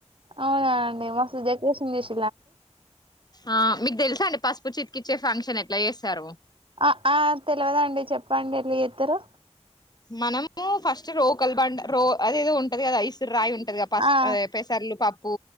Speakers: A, on the right (about 45°); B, on the left (about 35°).
A: అవునాండి మస్తు డెకరేషన్ చేస్.
B: ఆహ్ మీకు తెలుసా అండి పసుపు చితికిచ్చే ఫంక్షన్ ఎట్ల చేస్తారో.
A: ఆహ్ ఆహ్ తెలవదండి చెప్పండి. ఎట్ల చెత్తరో.
B: మనము ఫస్ట్ రోకల్ బండ రో అదేదో ఉంటది కదా ఈసురు రాయి ఉం. ఉంటది కదా పసుప్
A: ఆ
B: ఆహ్ పెసర్లు పప్పు